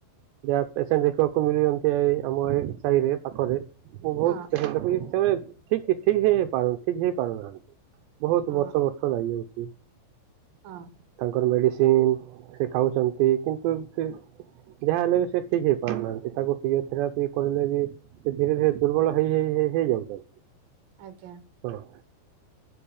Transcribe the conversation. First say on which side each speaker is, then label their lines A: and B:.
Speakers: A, on the right; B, on the right.
A: ଯାହା ପେସେଣ୍ଟ ଦେଖିବାକୁ ମିଳୁ ଏଇ ଆମ ଏଇ ସାହିରେ ପାଖରେ ମୁଁ ବହୁତ
B: ହଁ
A: ଠିକ ଠିକ ହେଇ ପାରୁନ ଠିକ ହେଇ ପାରୁନାହାନ୍ତି। ବହୁତ
B: ହଁ
A: ବର୍ଷ ବର୍ଷ ଲାଗିଯାଉଛି।
B: ହଁ।
A: ତାଙ୍କର ମେଡିସିନ ସେ ଖାଉଛନ୍ତି କିନ୍ତୁ ସେ ଯାହା ହେଲେ ବି ସେ ଠିକ ହେଇ ପାରୁନାହାନ୍ତି ତାକୁ ଫିଜିଓଥେରାପି କରଲେ ବି ସେ ଧୀରେ ଧୀରେ ଦୁର୍ବଳ ହେଇ ହେଇ ହେଇଯାଉ ତ
B: ଆଜ୍ଞା।
A: ହଁ।